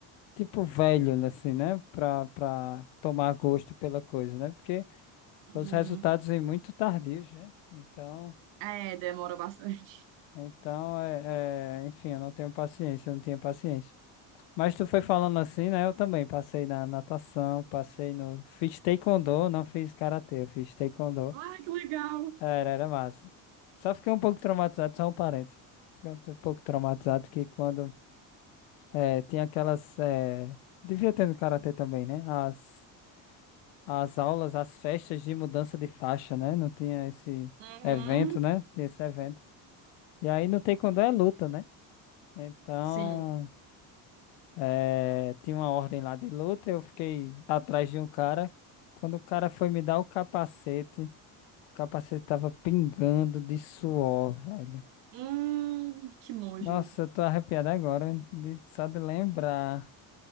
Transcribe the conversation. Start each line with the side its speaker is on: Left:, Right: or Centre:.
Left: tipo velho, assim, né? Pra, pra tomar gosto pela coisa, né? Porque
Right: Uhum.
Left: os resultados vêm muito tardios, né? Então,
Right: É, demora bastante. <laughs>
Left: então é, é, enfim, eu não tenho paciência, eu não tinha paciência. Mas tu foi falando assim, né? Eu também passei na natação, passei no. Fiz taekwondo, não fiz karatê, eu fiz taekwondo.
Right: Ah, que legal.
Left: Era, era massa. Só fiquei um pouco traumatizado, só um parênteses. Fiquei um pouco traumatizado que quando eh, tinha aquelas. eh, Devia ter no karatê também, né? As, as aulas, as festas de mudança de faixa, né? Não tinha esse
Right: Uhum,
Left: evento, né? Tinha esse evento. E aí no taekwondo é luta, né? Então.
Right: sim.
Left: É, tinha uma ordem lá de luta, eu fiquei atrás de um cara. Quando o cara foi me dar o capacete, o capacete tava pingando de suor, velho.
Right: Hum, que nojo.
Left: Nossa, eu tô arrepiado agora de- só de lembrar